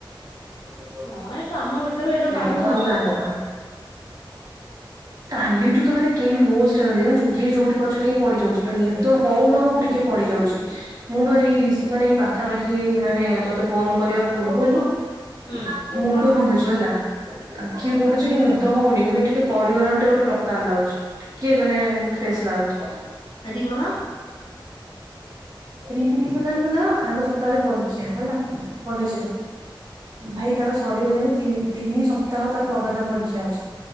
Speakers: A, on the right; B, on the left.
A: ସେ
B: ହଁ ଏ କାମ ଭିତରେ ଏଇନା ଭାରି
A: କଥା
B: ମୁଣ୍ଡ
A: ଆଉ
B: ଖରାପ
A: ଜାଣିନି
B: ହବ
A: କାଲିଠୁ ତ ମାନେ କେହି ହୋସ୍ ରେ ନାହାନ୍ତି ଜାଣିଛୁ ଯିଏ ଯୋଉଠି ପାରୁଛି ସେଇଠି ଟିକେ ପଡିଯାଉଛି। ତ ହଉନ ହଉ ଟିକେ ପଡି ଯାଉଛି ମୁଁ ବା ଏଇ ମାନେ ଏଇ ପାଖାପାଖି ମାନେ ତୋତେ ଫୋନ କରିବା ପୂର୍ବରୁ ମୁଣ୍ଡ
B: ହୁଁ
A: ବିନ୍ଧୁଛି। ଚୋଲା ଆଖି ପଡୁଛି କି ନିଦ ହଉନି କିନ୍ତୁ ଟିକେ ପଡିଗଲାଣି ଟିକେ ଗୋଟେ ପ୍ରକାର ଲାଗୁଛି ଟିକେ ମାନେ ଫ୍ରେଶ ଲାଗୁଛି।
B: ଆଜି କଣ?
A: ରିନୁ ଏ ଜାଣିଛୁନା ଆର ସପ୍ତାହରେ ପରୀକ୍ଷା ହେଲା କଲେଜ ରେ ଭାଇ ତାର ସରିବ ଯେମିତି ତିନି ସପ୍ତାହ ତାର ଲଗାତାର ପରୀକ୍ଷା ଅଛି।